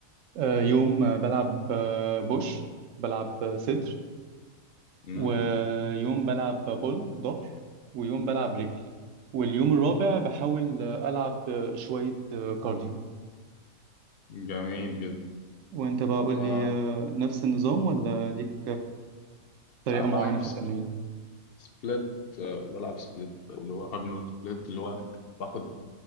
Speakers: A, on the right; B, on the left.
A: آه، يوم آه، بلعب آه، بوش بلعب آه، صدر
B: امم
A: ويوم بلعب بول ظهر ويوم بلعب رجل واليوم الرابع بحاول ألعب شوية كارديو
B: جميل جدا
A: وانت بقى قول
B: آه
A: لي نفس النظام ولا ليك طريقة
B: لا بلعب
A: معينة في
B: سبل-
A: التمرين
B: سبليت آه، بلعب سبليت اللي هو ارنولد سبليت اللي هو باخد